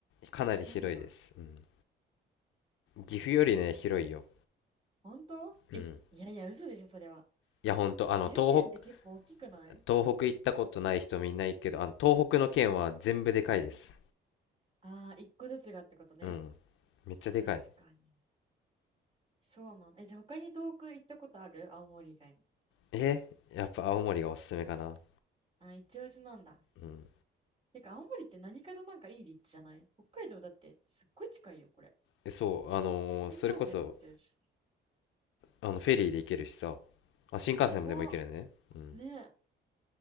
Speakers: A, on the left (about 85°); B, on the right (about 25°).
A: かなり広いです。
B: 広いんだ。
A: うん。岐阜よりね、
B: へえ。
A: 広いよ。
B: 本当え、
A: うん。
B: いやいや、嘘でしょ、それは。
A: いや、ほんと、あの、
B: 湯県って結構大きくない
A: 東北、東北行ったことない人みんないけど、あの、東北の県は全部でかいです。
B: あ <laughs> あー、一個ずつがってことね。
A: うん。めっちゃでかい。
B: 確かに。そうなんだ。え、じゃあ他に遠く行ったことある青森以外に。
A: えやっぱ青森がおすすめかな。
B: あ、一押しなんだ。
A: うん。
B: てか、青森って何かとなんかいい立地じゃない北海道だってすっごい近いよ、これ。
A: えそう、あのーそれこそ、
B: 新幹線通ってるし。
A: あのフェリーで行けるしさあ新幹線もでも行けるねうん
B: やば。ねえ。